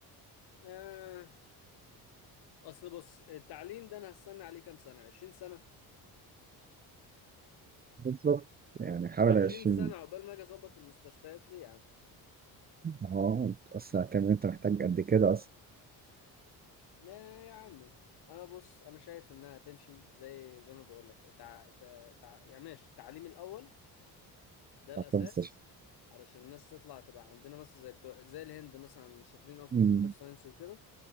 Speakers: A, on the left (about 75°); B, on the right (about 25°).
A: آه اصل بص التعليم ده انا هستنى عليه كام سنه 20 سنه
B: بالظبط يعني حوالي
A: 20
B: 20
A: سنه عقبال ما اجي اظبط المستشفيات ليه يا عم
B: اه اصل هتعمل إيه؟ انت محتاج قد كده اصلا
A: ما يا عمي انا بص انا شايف انها تمشي زي زي ما بقول لك تع... تع... تع... يعني ماشي التعليم الاول ده الاساس
B: في المستشفى
A: علشان الناس تطلع تبقى عندنا مثلا زي بتوع زي الهند مثلا شاطرين قوي في
B: مم.
A: كمبيوتر ساينس وكده